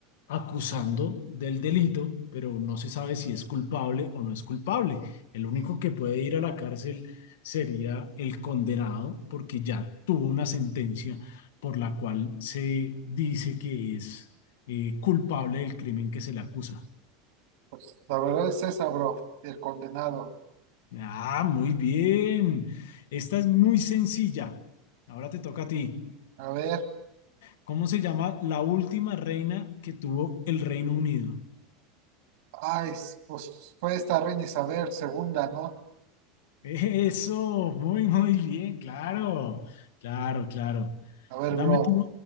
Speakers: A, on the left; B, on the right.
A: acusando del delito, pero no se sabe si es culpable o no es culpable. El único que puede ir a la cárcel sería el condenado porque ya tuvo una sentencia por la cual se dice que es eh, culpable del crimen que se le acusa.
B: Pues la verdad es esa, bro, el condenado.
A: Ah, muy bien. Esta es muy sencilla. Ahora te toca a ti.
B: A ver,
A: ¿Cómo se llama la última reina que tuvo el Reino Unido?
B: ay, pues fue esta reina Isabel segunda, ¿no?
A: Eso, muy, muy bien, claro, claro, claro.
B: A ver,
A: Dame
B: bro,
A: tú